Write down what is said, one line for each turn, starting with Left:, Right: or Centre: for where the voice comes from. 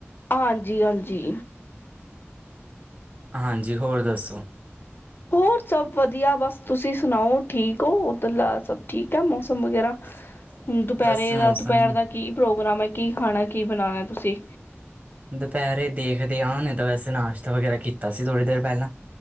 Left: ਆਂਜੀ -ਆਂਜੀ।
Right: ਹਾਂਜੀ ਹੋਰ ਦੱਸੋ?
Left: ਹੋਰ ਸਭ ਵਧੀਆ ਬਸ, ਤੁਸੀਂ ਸੁਣਾਓ ਠੀਕ ਓ? ਓਦਰਲਾ ਸਭ ਠੀਕ ਐ ਮੌਸਮ ਵਗੈਰਾ।
Right: <unintelligible>
Left: ਹੁਣ ਦੁਪੈਰੇ
Right: ਬਸ ਮੌਸਮ
Left: ਦਾ ਦੁਪੈਰ ਦਾ ਕੀ ਪ੍ਰੋਗਰਾਮ ਐ, ਕੀ ਖਾਣਾ ਕੀ ਬਣਾਣਾ ਤੁਸੀਂ?
Right: ਦੁਪੈਰੇ ਦੇਖਦੇ ਆਂ, ਹੁਨੇ ਨੇ ਤਾਂ ਵੈਸੇ ਨਾਸ਼ਤਾ ਵਗੈਰਾ ਕੀਤਾ ਸੀ ਥੋੜ੍ਹੀ ਦੇਰ ਪੈਂਲਾ।